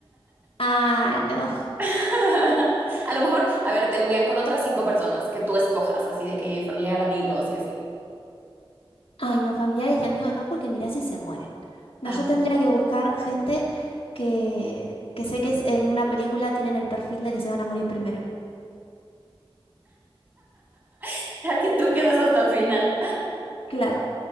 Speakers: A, on the left (about 80°); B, on the right (about 20°).
A: Ah, no.
B: <laughs> A lo mejor, a ver, te envían con otras cinco personas que tú escojas, así de que familiar, amigos y así.
A: <laughs> Ay, no, familiares y amigos no, porque mirá si se mueren. No,
B: Ah,
A: yo tendría que buscar gente que, que sé que es- en una película tienen el perfil de que se van a morir primero.
B: <laughs> Para que tú quedes hasta el final.
A: Claro.